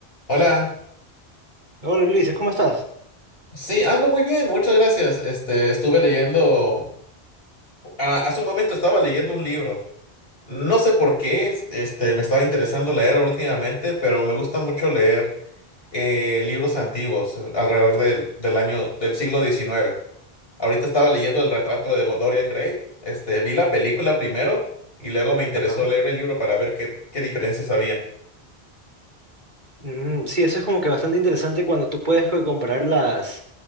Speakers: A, on the left (about 60°); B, on the right (about 45°).
A: Hola,
B: Hola Ulises, ¿cómo estás?
A: sí, ando muy bien, muchas gracias. Este, estuve leyendo, a- hace un momento estaba leyendo un libro. No sé por qué, este, me estaba interesando leer últimamente, pero me gusta mucho leer eh, libros antiguos, eh, alrededor del, del año, del siglo diecinueve. Ahorita estaba leyendo el retrato de Go- Dorian Gray. Este, vi la película primero y luego me interesó
B: Ajá.
A: leer el libro para ver qué, qué diferencias había.
B: Mm, sí, eso es como que bastante interesante cuando tú puedes co- comparar las,